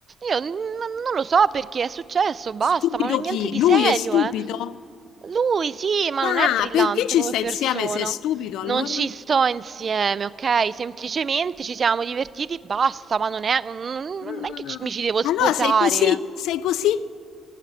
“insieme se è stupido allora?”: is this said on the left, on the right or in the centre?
Left